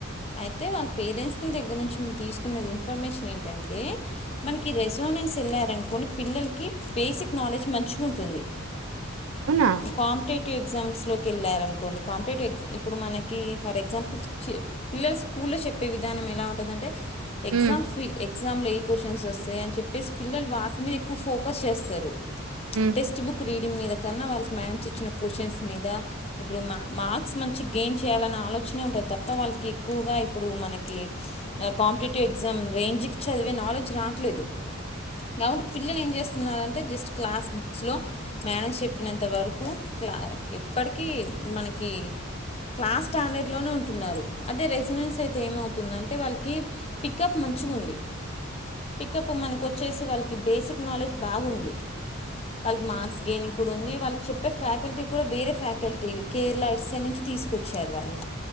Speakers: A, on the left; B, on the right.
A: అయితే వాళ్ళ పేరెంట్స్ని దగ్గర నుంచి మేము తీసుకున్న ఇన్ఫర్మేషన్ ఏంటంటే మనకి రెజోనెన్స్ వెళ్ళారనుకోంని పిల్లలకి బేసిక్ నాలెడ్జ్ మంచిగా ఉంటుంది
B: అవునా
A: కాంటీ టివ్ ఎ లోకి వెళ్ళార అనుకోడి కాంపిటేటివ్్ా ఇప్పుడు మనకి ఫర్ ఎగ్జాంపుల్ పిల్లలు స్కూల్లో చెే విధానం ఎలా ఉంటుంద అంటే ఎగ్జామ్
B: ఉమ్
A: ఫ ఎగ్జామ్లో ఏ క్వశ్చన్స్ వస్తాయ అని చెప్పేసి పిల్లలు వాటి మీద ఎక్కువ ఫోకస్ చేస్తారు
B: ఉమ్
A: టెక్స్ట్ బుక్ పీడ మీద కన్నా వాళ్ళకి మ్యాడమ్స్ ఇచ్చిన క్వశ్చన్స్ మీద ఇప్పుడు మా మార్క్స్ మంచి గెయిన్ చేయాలన్న ఆలోచనే ఉంటుంది తప్ప వాళ్ళకి ఎక్కువగా ఇప్పుడు మనకి కాంపిటేటివ్ ఎగ్జామ్ రేంజ్కి చదివే నాలెడ్జ్ రావట్లేదు కాబట్టి పిల్లలు ఏం చేస్తున్నారంటే జస్ట్ క్లాస్ బుక్స్లో మేడం చెప్పినంత వరకు క్లా ఎప్పటికీ మనకి క్లాస్ స్టాండర్డ్లోనే ఉంటున్నారు అదే రెజినెన్స్ అయితే ఏమవుతుందంటే వాళ్ళకి పికప్ మంచిగా ఉంది పికప్ మనకు వచ్చేసి వాళ్ళకి బేసిక్ నాలెడ్జ్ బాగుంది వాళ్ళకి మార్క్స్ దిని కూడా ఉంది వాళ్ళు చెప్పే ఫ్యాకల్టీ కూడా వేరే ఫ్యాకల్టీ కేరళ ఇట్ సైడ్ నుంచి తీసుకొచ్చారు. వాళ్ళు